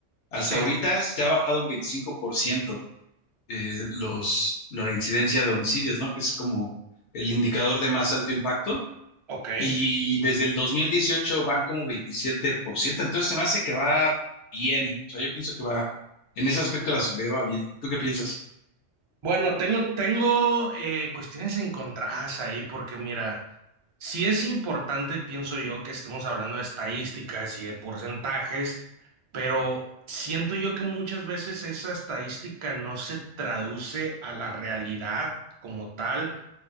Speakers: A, on the left; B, on the right.
A: hasta
B: sí,
A: ahorita se ha bajado un 25% eh, los, la incidencia de homicidios, ¿no? Que es como el indicador de más alto impacto.
B: ok.
A: Y desde el 2018 van como 27%, entonces se me hace que va bien. O sea, yo pienso que va, en ese aspecto la seguridad va bien. ¿Tú qué piensas?
B: Bueno, tengo, tengo eh, cuestiones encontradas ahí porque mira, sí es importante, pienso yo, que estemos hablando de estadísticas y de porcentajes, pero siento yo que muchas veces esa estadística no se traduce a la realidad como tal